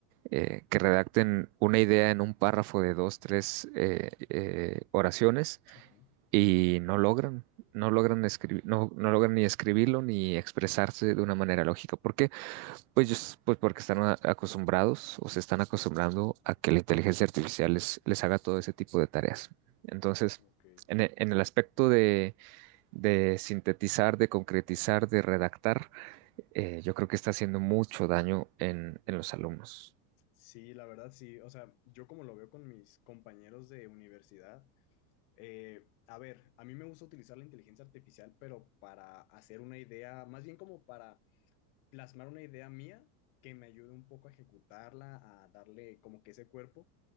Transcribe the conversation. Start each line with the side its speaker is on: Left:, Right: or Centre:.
Right: eh, que redacten una idea en un párrafo de dos, tres eh, eh, oraciones
Left: Ajá.
Right: y no logran, no logran escribir, no, no logran ni escribirlo ni expresarse de una manera lógica. ¿Por qué? Pues, ellos- pues porque están a- acostumbrados o se están acostumbrando a que la inteligencia artificial les, les haga todo ese tipo de tareas. Entonces,
Left: Ok.
Right: en e- en el aspecto de de sintetizar, de concretizar, de redactar, eh, yo creo que está haciendo mucho daño en, en los alumnos.
Left: Sí, la verdad sí. O sea, yo como lo veo con mis compañeros de universidad, eh, a ver, a mí me gusta utilizar la inteligencia artificial, pero para hacer una idea, más bien como para plasmar una idea mía que me ayude un poco a ejecutarla, a darle como que ese cuerpo.